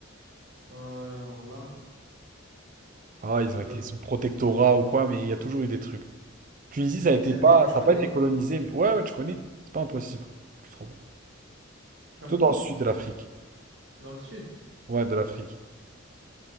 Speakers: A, on the right; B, on the right.
A: Euh, alors là,
B: Ah, ils
A: ça
B: ont été
A: doit être.
B: sous protectorat ou quoi, mais il y a toujours eu des trucs. Tunisie, ça a été
A: Et c'est
B: pas...
A: un pays que je
B: Ça
A: connais?
B: a pas été colonisé, mais... Ouais, ouais, tu connais. C'est pas impossible, je trouve.
A: Cameroun,
B: Plutôt dans le sud de l'Afrique.
A: dans le sud.
B: Ouais, de l'Afrique.